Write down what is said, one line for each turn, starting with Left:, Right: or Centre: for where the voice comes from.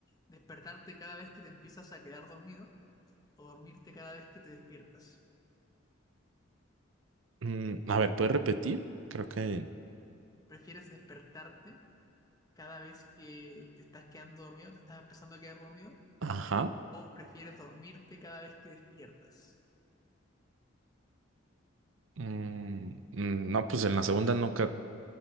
Left: despertarte cada vez que te empiezas a quedar dormido? ¿O dormirte cada vez que te despiertas?
Right: Mm, a ver, ¿puedes repetir? Creo que...
Left: ¿Prefieres despertarte cada vez que te estás quedando dormido, te estás empezando a quedar dormido?
Right: Ajá.
Left: ¿O prefieres dormirte cada vez que despiertas?
Right: Mm, mm, no, pues en la segunda nunca